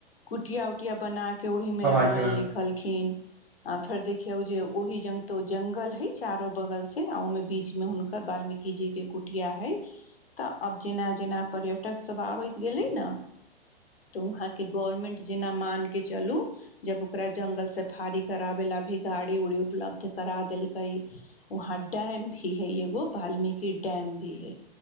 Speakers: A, on the left; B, in the centre.
A: कुटिया उटिया बनाके वहिमे
B: बना
A: रामायण
B: के रहल
A: लिखलके। खिन देखियौ जे ओहि जतो जंगल हय चारो बगल से ओमे। बीचमे हुनकर वाल्मीकि जी के कुटिया है। तऽ आब, जेना-जेना पर्यटक सभ आबैत गेलै ने। तऽ वहाँकेँ गवर्मेंट जेना मानि कऽ चलू। जब ओकरा जंगल से भारी कराबे ला भी गाड़ी उड़ी उपलब्ध करा देलकै। वहाँ टेम भी है यगो वाल्मीकि टेम भी है